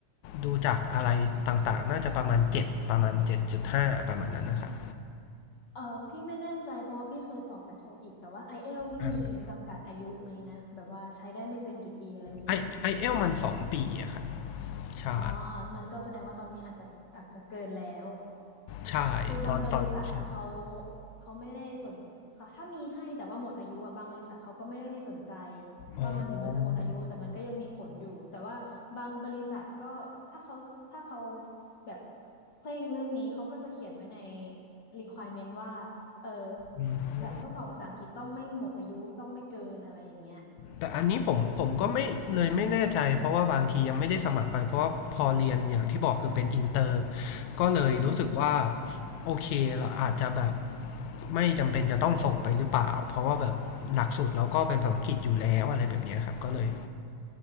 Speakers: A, on the left; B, on the left.
A: ดูจากอะไรต่างๆน่าจะประมาณ7ประมาณ7.5ประมาณนั้นนะครับ
B: เออพี่ไม่แน่ใจเพราะว่าพี่เคยสอบแต่โทอีกแต่ว่าไอเอลนี่มีจำกัดอายุไหมนะแบบว่าใช้ได้ไม่เกินกี่ปีอะไรอย่างนี้หรือเปล่า
A: อ่าไอไอเอลมัน2ปีอะครับใช่
B: อ๋อมันก็แสดงว่าตอนนี้อาจจะอาจจะเกินแล้ว
A: ใช่ตอนตอนสอบ
B: คือบางบริษัทอ่ะเขาเขาไม่ได้สนค่ะถ้ามีให้แต่ว่าหมดอายุอ่ะบางบริษัทเขาก็ไม่ได้สนใจ
A: อ๋อ
B: ว่ามันถึงมันจะหมดอายุแต่มันก็ยังมีผลอยู่แต่ว่าบางบริษัทก็ถ้าเขาถ้าเขาแบบเคร่งเรื่องนี้เขาก็จะเขียนไว้ใน requirement ว่าเออ
A: อืม
B: แบบทดสอบภาษาอังกฤษต้องไม่หมดอายุต้องไม่เกินอะไรอย่างเงี้ย
A: แต่อันนี้ผมผมก็ไม่เลยไม่แน่ใจเพราะว่าบางทียังไม่ได้สมัครไปเพราะว่าพอเรียนอย่างที่บอกคือเป็นอินเตอร์ก็เลยรู้สึกว่า
B: อืม
A: โอเคเราอาจจะแบบไม่จำเป็นจะต้องส่งไปหรือเปล่าเพราะว่าแบบหลักสูตรเราก็เป็นภาษาอังกฤษอยู่แล้วอะไรแบบเนี้ยครับก็เลย